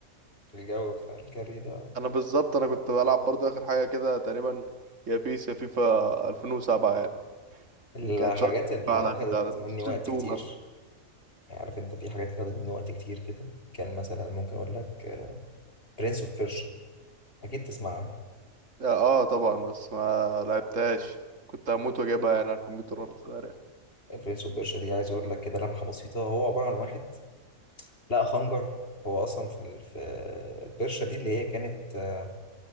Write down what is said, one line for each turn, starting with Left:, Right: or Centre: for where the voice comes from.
Left: في الجو بتاع الجري ده
Right: انا بالظبط انا كنت بلعب برضو اخر حاجه كده تقريبا يا بيس يا فيفا 2007 يعني
Left: الحاجات
Right: دي كانت شهر
Left: اللي
Right: على
Left: اخدت
Right: على بلاي
Left: مني
Right: ستيشن
Left: وقت
Right: 2
Left: كتير
Right: مثلا
Left: يعني عارف انت في حاجات خدت مني وقت كتير كده كان مثلا ممكن اقول لك برنس اوف بيرشا اكيد تسمع عنها
Right: اه طبعا بس ما لعبتهاش كنت هموت واجيبها يعني على الكمبيوتر وانا صغير يعني
Left: برنس اوف بيرشا دي عايز اقول لك كده لمحه بسيطه هو عباره عن واحد لقى خنجر هو اصلا في ال- في البرشا دي اللي هي كانت آه،